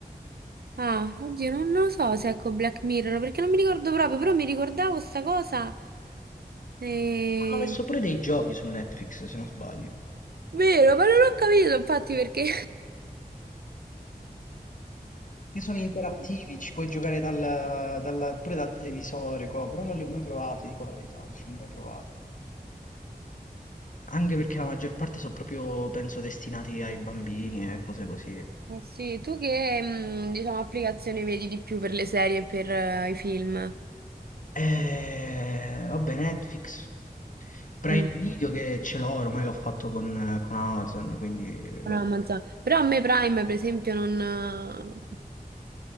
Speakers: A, on the right; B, on the left.
A: Ah, oddio, non, non lo so se ecco Black Mirror, perché non mi ricordo proprio, però mi ricordavo sta cosa. E...
B: Hanno messo pure dei giochi su Netflix, se non sbaglio.
A: Vero, ma non l'ho capito infatti perché...
B: Che sono interattivi,
A: <laughs>
B: ci puoi giocare dal, dal- pure dal televisore, co, però non li ho mai provati, dico la verità, non li ho mai provati. Anche perché la maggior parte sono proprio, penso, destinati ai bambini e cose così.
A: Ma sì, tu che, mh, diciamo, applicazione vedi di più per le serie e per eh, i film?
B: E... Vabbè, Netflix. Prime
A: Mm,
B: Video che ce l'ho, ormai l'ho fatto con, con Amazon, quindi lo...
A: no, Amazon. Però a me Prime, per esempio, non... eh,